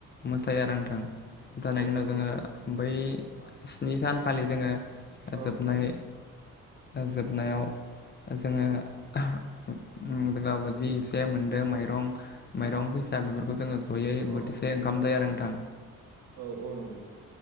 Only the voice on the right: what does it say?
औ
औ
नंगौ
औ
औ
औ औ नंगौ।